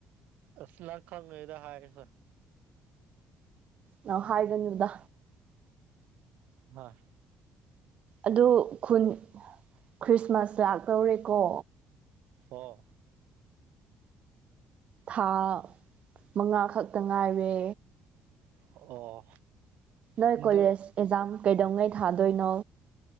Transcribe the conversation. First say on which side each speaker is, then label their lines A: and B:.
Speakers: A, on the right (about 80°); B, on the right (about 50°).
A: ꯑꯁꯂ ꯈꯪꯉꯗ ꯍꯥꯏ
B: ꯅ ꯍꯥꯏꯒꯅꯤꯔꯗ
A: ꯍꯣꯏ
B: ꯑꯗꯨ ꯈꯨꯟ ꯈ꯭ꯔꯤꯁꯃꯥꯁꯇꯥꯛ ꯂꯧꯧꯔꯦꯀꯣ
A: ꯑꯣ
B: ꯊꯥ ꯃꯉꯥ ꯈꯛꯇ ꯉꯥꯏꯔꯦ
A: ꯑꯣ
B: ꯅꯣꯏ
A: ꯑꯗꯨ
B: ꯀꯣꯂꯦꯖ ꯑꯦꯛꯖꯥꯝ ꯀꯩꯗꯧꯉꯩ ꯊꯥꯗꯣꯏꯅꯣ